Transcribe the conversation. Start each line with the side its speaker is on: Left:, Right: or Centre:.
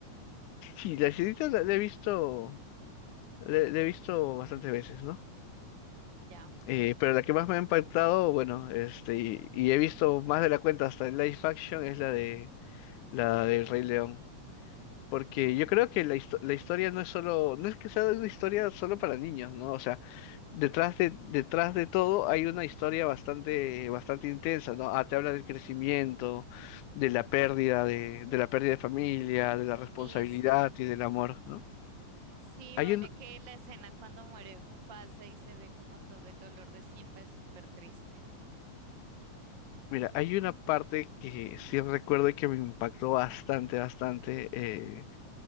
Left: Sí, la sirenita la, la he visto. La, la he visto bastantes veces, ¿no?
Right: ¿Ya?
Left: Eh, pero la que más me ha impactado, bueno, este, y, y he visto más de la cuenta hasta el live action, es la de la del Rey León. Porque yo
Right: Sí.
Left: creo que la, histo- la historia no es solo, no es que sea una historia solo para niños, ¿no? O sea, detrás de, detrás de todo hay una historia bastante, bastante intensa, ¿no? Ah, te habla del crecimiento, de la pérdida de, de la pérdida de familia, de la responsabilidad
Right: Y sí,
Left: y del amor, ¿no?
Right: sí,
Left: Hay
Right: vale
Left: un,
Right: que la escena cuando muere Mufasa y se ve como todo el dolor de Simba es súper triste.
Left: mira, hay una parte que sí recuerdo y que me impactó bastante, bastante, eh,